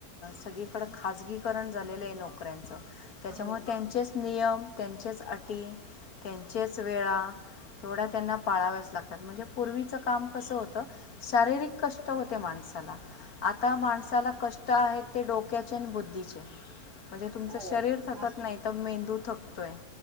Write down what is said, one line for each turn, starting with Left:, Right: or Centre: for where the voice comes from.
Left: सगळीकडं खाजगीकरण झालेलं आहे. नोकऱ्यांचं. त्याच्यामुळे
Right: हो
Left: त्यांचेच नियम त्यांचेच अटी त्यांचेच वेळा. तेवढ्या त्यांना पाळाव्याच लागतात. म्हणजे पूर्वीचं काम कसं होतं शारीरिक कष्ट होते माणसाला. आता माणसाला कष्ट आहेत ते डोक्याचे आणि बुद्धीचे. म्हणजे तुमचं
Right: हो
Left: शरीर थकत
Right: आज
Left: नाही तर मेंदू थकतोय.